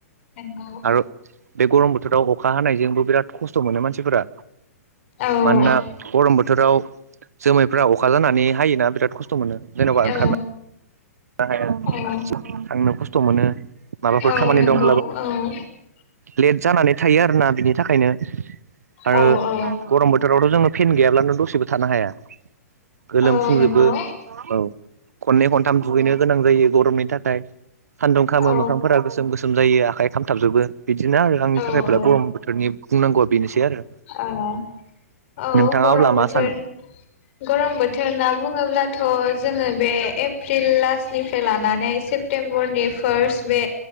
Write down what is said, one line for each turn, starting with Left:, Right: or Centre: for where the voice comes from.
Left: नंगौ
Right: आर' बे गरम बोथोराव अखा हानायजोंबो बिराद खस्थ' मोनो मानसिफोरा
Left: औ
Right: मानोना गरम बोथोराव जोमैफ्रा अखा जानानै हायोना बिराद खस्थ थ' मोनो जेन'बा
Left: औ
Right: ओंखारना ना हाया
Left: औ
Right: थांनो खस्थ' मोनो माबाफोर
Left: औ
Right: खामानि
Left: नंगौ
Right: दं
Left: औ
Right: लेट जानानै थायो आरोना बिनि थाखायनो आरो
Left: औ औ
Right: गरम बोथोरावथ' जोङो फेन गैयाब्लानो दसेबो थानो हाया गोलोमफुंजोबो
Left: औ नंगौ
Right: औ नंगौ औ खननै खनथाम दुगैनो गोनां जायो। गरमनि थाखाय सान्दुं खामो
Left: औ
Right: मोखांफोरा गोसोम गोसोम जायो आखाइ खामथाबजोबो बिदिनो आरो आंनि
Left: औ
Right: थाखायब्ला गरम बोथोरनि बुंनांगौया बेनोसै आरो
Left: औ औ
Right: नोंथाङा
Left: गरम
Right: अब्ला
Left: बोथोर
Right: मा सानो?
Left: गरम बोथोर ना बुङोब्लाथ' जोङो बे एप्रिल लास्टनिफ्राय लानानै सेप सेप्तेम्बरनि फार्स्ट बे